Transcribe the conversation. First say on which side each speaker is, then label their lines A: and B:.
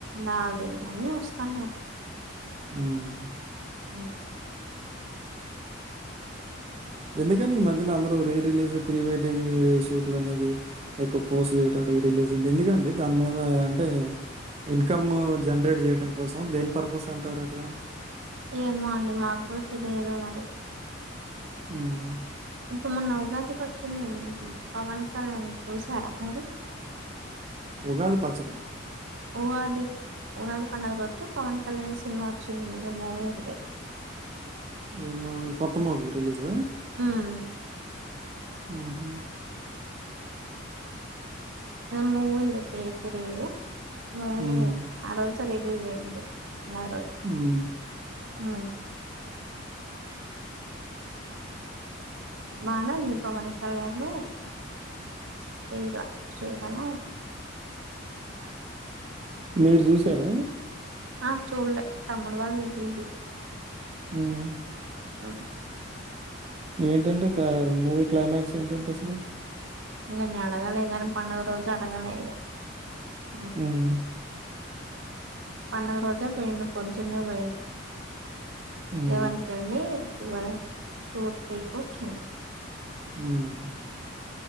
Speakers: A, on the right; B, on the right.
A: రావుడ ఇంకా అన్నీ వస్తాన్నా అట
B: మ్మ్
A: అ
B: ఎందుకే ఈ మధ్యన అందరుూ రీ రిలీజ్ ప్రీ వెడ్డింగ్ షూట్లు అనేది క్ పోస్ట్ చేయట రీ రిలీజ్ ఎందుకండి దాని మీద అంటే ఇన్కమ్ జనరేట్ చేయడంం కోసం దేని పర్పస్ అంటారు అట్లా
A: ఏమో అండి మాకు కూడా తెలియదు మరి
B: మ్మ్
A: ఇప్పుడు మూన్న ఉగాదికి వచ్చింది పవన్ కళ్యాణ్ చూసారా మరి
B: ఉగాది పచ్చట
A: ఉగా ఉగాది పండుగ రోజు పవన్ కళ్యాణ్ సినిమా వచ్చింది ఏదో మూవీ ఉండే
B: ఏ మూవీ కొత్త మూవీ రిలీజ్
A: మ్మ్
B: ఆఓహ
A: మూవీ ఉండే పేరు తెలియదు మ్మ్
B: హ్మ్.
A: ఆరోజ రిలీజ్ అయింది అ రోజు
B: హ్మ్.
A: మ్మ్ మానంది పవన్ కళ్యాణ్ స్త్ర్రీగా శ్రీగాణ
B: మీరు చూసారా
A: ఆ చూడలే తమ్ముడు వాళ్ళంటే
B: మ్మ్
A: అదే
B: ఏంటంటే మూవీ క్లైమాక్స్ ఏంటంటే అసలు
A: నువ్వు నన్ను అడగలే గాని పండగ రోజు అడగలే ఇగ ఉమ్
B: హ్మ్.
A: పండగ రోజు <unintelligible> పొద్దున్నే పోయిండు
B: హ్మ్.
A: లెవెన్ కెళ్ళి ట్వెల్ టు త్రీ కో వచ్చిండు
B: ఉమ్